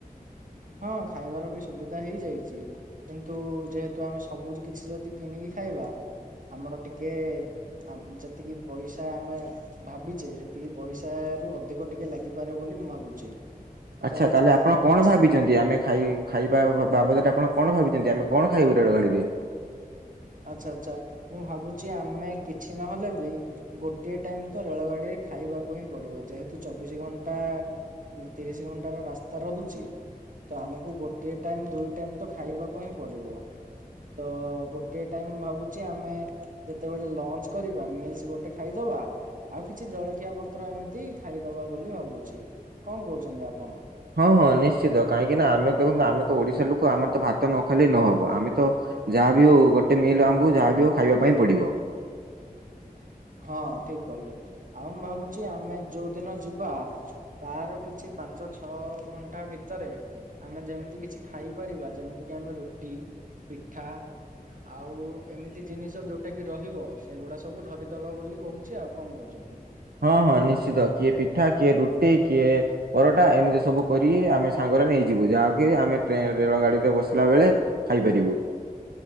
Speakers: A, on the right (about 60°); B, on the right (about 85°).
A: ହଁ, ଖାଇବାର ବି ସୁବିଧା ହେଇଯାଇଛି। କିନ୍ତୁ ଯେହେତୁ ଆମେ ସବୁ ଯୁ କିଛି ଯଦି କିଣିକି ଖାଇବା ଆମର ଟିକେ ଆମ୍ ଯେତିକି ପଇସା ଆମେ ଭାବିଛେ ସେତିକି ପଇସା ରୁ ଅଧିକ ଟିକେ ଲାଗିପାରେ ବୋଲି ମୁଁ ଭାବୁଛି।
B: ଆଚ୍ଛା,
A: ତ
B: ତାହେଲେ
A: ଯଦି
B: ଆପଣ
A: ଆମେ
B: କଣ
A: କିଛି
B: ଭାବିଛ ଦି ଆମେ ଖାଇ ଖାଇବା ବାବଦରେ ଆପଣ କଣ ଭାବିଛନ୍ତି, ଆମେ କଣ ଖାଇବୁ ରେଳଗାଡ଼ି ରେ?
A: ଆଚ୍ଛା ଆଚ୍ଛା ମୁଁ ଭାବୁଛି ଆମେ କିଛି ନହେଲେ ବି ଗୋଟିଏ ଟାଇମ ତ ରେଳଗାଡିରେ ଖାଇବାକୁ ହିଁ ପଡିବ। ଯେହେତୁ ଚବିଶି ଘଣ୍ଟା ମୁଁ ତିରିଶ ଘଣ୍ଟାର ରାସ୍ତା ରହୁଛି। ତ ଆମକୁ ଗୋଟେ ଟାଇମ ଦୁଇ ଟାଇମ ତ ଖାଇବାକୁ ହିଁ ପଡିବ ତ ଗୋ ଗୋଟିଏ ଟାଇମ ଭାବୁଛି ଆମେ ଯେତେବେଳେ ଲଞ୍ଚ୍ କରିବା ମିଲ୍ସ ଗୋଟେ ଖାଇଦବା। ଆଉ କିଛି ଜଳଖିଆ ପତ୍ର ଏମିତି ଖାଇଦବା ବୋଲି ଭାବୁଛି, କଣ କହୁଛନ୍ତି ଆପଣ?
B: ହଁ-ହଁ, ନିଶ୍ଚିତ କାହିଁକି ନା ଆମେ ଦେଖନ୍ତୁ ଆମେ ତ ଓଡିଶା ଲୋକ ଆମର ତ ଭାତ ନ ଖାଇଲେ ନ ହବ ଆମେ ତ ଯାହାବି ହଉ ଗୋଟେ ମିଲ୍ ଆମକୁ ଯାହାବି ହଉ ଖାଇବା ପାଇଁ ପଡିବ।
A: ହଁ ଠିକ୍ କହିଲେ, ଆଉ ମୁଁ ଭାବୁଛି ଆମେ ଯୋଉଦିନ ଯିବା ତାର କିଛି ପାଞ୍ଚ ଛଅ ଘଣ୍ଟା ଭିତରେ ଆମେ ଯେମିତି କିଛି ଖାଇପାରିବା ଯେମିତି କିି ଆମେ ରୁଟି ପିଠା। ଆଉ ଏମିତି ଜିନିଷ ଯୋଉଟା କି ରହିବ ସେଗୁଡା ସବୁ ଧରି ଦବା ବୋଲି କହୁଛି ଆଉ କଣ କହୁଛନ୍ତି?
B: ହଁ-ହଁ ନିଶ୍ଚିତ କିଏ ପିଠା କିଏ ରୁଟି କିଏ ପରଟା ଏମିତି ସବୁ କରିକି ଆମେ ସାଙ୍ଗରେ ନେଇଯିବୁ ଯାହାକି ଆମେ ଟ୍ରେନ ରେଳ ଗାଡିରେ ବସିଲା ବେଳେ ଖାଇପାରିବୁ।